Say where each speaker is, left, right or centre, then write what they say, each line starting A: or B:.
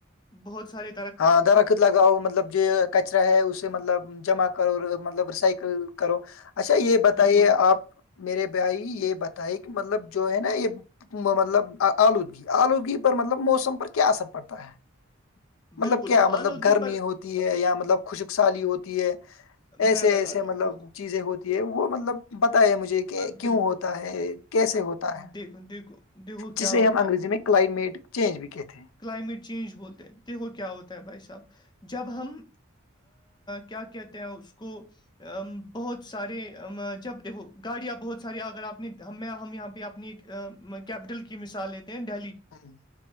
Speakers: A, on the left; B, on the left.
A: بہت سارے
B: ہاں درخت لگاؤ مطلب جو کچرا ہے اسے مطلب جمع کرو مطلب ریسائکل کرو اچھا یہ بتائیے
A: بالکل
B: آپ میرے بھائی یہ بتائے کہ مطلب جو ہے نہ یہ مطلب آلودگی آلود پر مطلب موسم پر کیا اثر پڑتا ہے مطلب
A: بالکل
B: کیا مطلب
A: آلودگی
B: گرمی
A: پر
B: ہوتی ہے یا مطلب خشک سالی ہوتی ہے
A: میں
B: ایسے
A: بتاتا
B: ایسے
A: ہوں
B: مطلب
A: آپ کو
B: چیزیں ہوتی ہے وہ مطلب پتا ہے مجھے کہ
A: اب
B: کیوں
A: بالکل
B: ہوتا ہے کیسے ہوتا ہے
A: دیکھو دیکھو دیکھو کیا
B: جسے
A: ہو
B: ہم انگریزی میں کلائمیٹ چینج بھی کہتے ہیں
A: کلائمیٹ چینج بولتے ہیں دیکھو کیا ہوتا ہے بھائی صاحب جب ہم کیا کہتے ہیں اس کو بہت سارے جب دیکھو گاڑیاں بہت ساری اگر آپ نے میں ہم یہاں پہ آپ نے کیپیٹل کی مثال لیتے ہیں دہلی
B: <inaudible>